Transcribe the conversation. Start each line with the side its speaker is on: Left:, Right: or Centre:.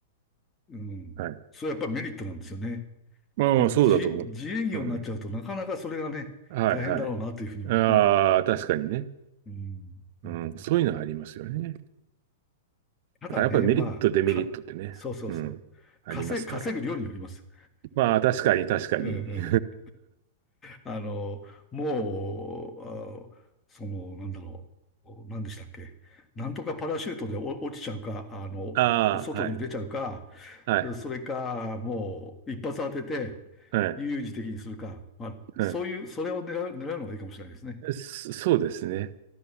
Left: うん、
Right: はい。
Left: それはやっぱりメリットなんですよね。
Right: まあまあ、
Left: で自、
Right: そうだと思う。
Left: 自営業になっちゃうとなかなかそれがね、
Right: うん。はい、
Left: 大変だろうなというふうに思
Right: はい。ああ、確かにね。
Left: う。うん、うん。
Right: うん、そういうのはありますよね。
Left: ただね、
Right: だからやっぱりメリット、
Left: まあ、
Right: デメリットってね、
Left: か、そうそうそう。
Right: うん、ありますから。
Left: 稼、稼ぐ量によります。
Right: まあ、確かに、確かに。
Left: うん、うん。
Right: <laughs>
Left: あの、もう、あ、その、なんだろう。何でしたっけ。なんとかパラシュートでお落ちちゃうか、あの、
Right: ああ、
Left: 外に出ちゃうか、
Right: はい、はい、
Left: それか、もう、一発当てて、
Right: はい、
Left: 悠々自適にするか、まあ、
Right: うん。
Left: そういう、それを狙う、狙うのがいいかもしれないですね。
Right: そそうですね。